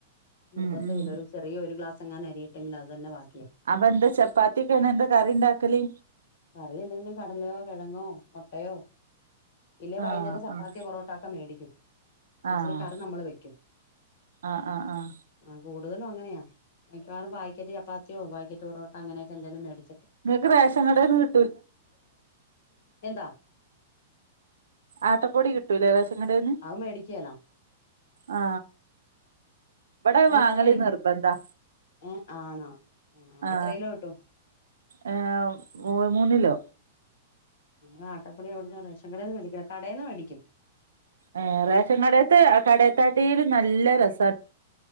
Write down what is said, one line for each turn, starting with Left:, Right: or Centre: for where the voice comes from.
Left: നിർബന്ധമില്ല
Right: ഉം ഉം
Left: ഒരു ചെറിയ ഒരു ഗ്ലാസ് എങ്ങാനും അരിയിട്ടെങ്കിൽ അത് തന്നെ ബാക്കി
Right: അപ്പ എന്താ ചപ്പാത്തിക്കെണ് എന്താ കറിണ്ടാക്കല്
Left: കറി എന്തെങ്കിലും കടലയോ കിഴങ്ങോ മൊട്ടയോ ഇല്ലേൽ വൈകുന്നേരം
Right: ആഹ്
Left: ചപ്പാത്തി
Right: ആഹ്
Left: പൊറോട്ട ഒക്കെ മേടിക്കും അടിച്ചിട്ട്
Right: ആഹ്
Left: കറി നമ്മൾ വെക്കും
Right: ആഹ് ആഹ് ആഹ്
Left: ആ കൂ കൂടുതലും അങ്ങനെയാ പാക്കറ്റ് ചപ്പാത്തിയോ പാക്കറ്റ് പറോട്ട അങ്ങനൊക്കെ എന്തേലും മേടിക്കു
Right: ങ്ങക്ക് റേഷൻ കടേന്നു കി
Left: എന്താ
Right: ആട്ടപ്പൊടി കിട്ടൂലെ റേഷൻ കടേന്നു
Left: അത് മേടിക്കേലാ
Right: ആ ഇവിടെ
Left: അല്ല
Right: വാങ്ങലി
Left: അത് മേടിക്ക
Right: നിർബന്ധാ
Left: ഏഹ് ആണോ ആഹ്
Right: ആ
Left: എത്ര കിലോ കിട്ടും
Right: ഏ മൂന്നിലോ
Left: ആ ആട്ടപ്പൊടി എവിടന്ന റേഷൻകടേന്നു മേടിക്കില്ല കടേന്ന് മേടിക്കും
Right: ഏ റേഷൻ കടേത്ത് കടേത്തേട്ടിലും നല്ല രസ